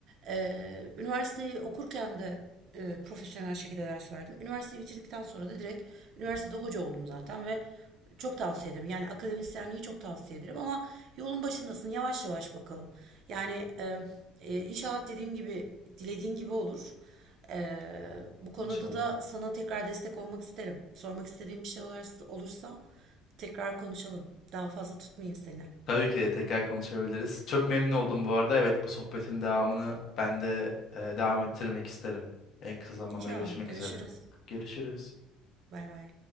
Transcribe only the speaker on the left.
İnşallah.
Tabii ki de tekrar konuşabiliriz. Çok memnun oldum bu arada. Evet bu sohbetin devamını ben de e, devam ettirmek isterim. En kısa zamanda
görüşmek
üzere. Görüşürüz.